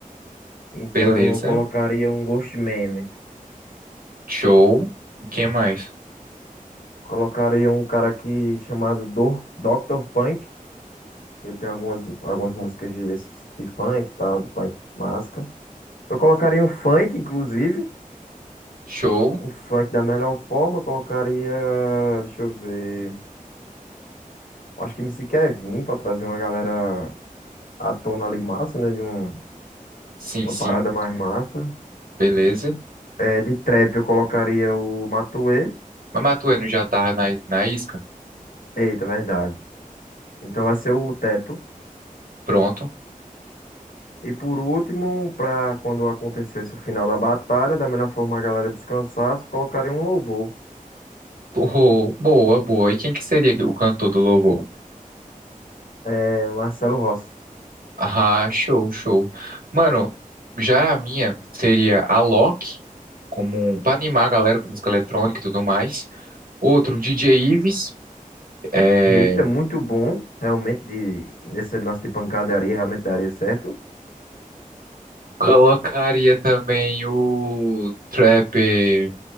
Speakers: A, on the left; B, on the right.
A: então
B: Beleza.
A: eu colocaria um Ghostman, né?
B: Show. Quem mais?
A: Colocaria um cara aqui chamado Dor- Dr. Punk. que tem algumas, algumas músicas de, desse tipo de funk e tal, do punk masca. Eu colocaria um funk, inclusive.
B: Show.
A: Um funk da melhor forma. Eu colocaria. Deixa eu ver. Acho que MC Kevin pra trazer uma galera à tona ali massa, né? De um,
B: Sim,
A: uma
B: sim.
A: parada mais massa.
B: Beleza.
A: É, de trap eu colocaria o Matuê.
B: Mas Matueno já tava na, na isca?
A: Eita, verdade. Então vai ser o Teto.
B: Pronto.
A: E por último, pra quando acontecesse o final da batalha, da melhor forma a galera descansasse, eu colocaria um louvor.
B: Pô, boa, boa. E quem que seria o cantor do louvor?
A: É, Marcelo Rossi.
B: Ah, show, show. Mano, já a minha seria a Loki, como pra animar a galera com música eletrônica e tudo mais. Outro, DJ Ives. É,
A: Eita, é muito bom, realmente, de, esse lance de pancadaria, realmente daria certo.
B: colocaria também o Trap